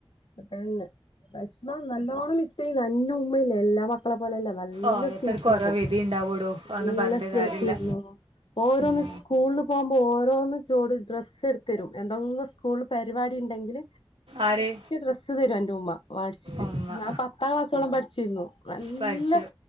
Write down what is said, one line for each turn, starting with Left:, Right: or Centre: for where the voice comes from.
Left: അപ്പഴല്ലേ ഭക്ഷണം നല്ലോണം അന്ന ഉമ്മല്ലേ എല്ലാ മക്കളും ലല്ല നല്ല
Right: ഓരോരുത്തർക്ക്
Left: സ്നേഹിച്ചിരുന്നു
Right: ഓരോ വിധി ഉണ്ടാവൂടോ
Left: നല്ല
Right: ഒന്നും പറഞ്ഞിട്ട്
Left: സ്നേഹിച്ചിരുന്നു
Right: കാര്യമില്ല
Left: ഓരോന്ന്
Right: ഉം.
Left: സ്കൂളിൽ പോകുമ്പോ ഓരോ <unintelligible> ജോഡി ഡ്രസ്സ് എടുത്ത് തരും എന്തെങ്കിലും സ്കൂളിൽ പരിപാടി ഉണ്ടെങ്കിൽ
Right: ആര്
Left: ഡ്രസ്സ് തരും എന്റെ ഉമ്മ വായിിച്ചിട്ട്
Right: ഉമ്മ
Left: ഞാൻ പത്താം ക്ലാസ്സോളം പഠിച്ചിരുന്നു നല്ല
Right: പഠിച്ചു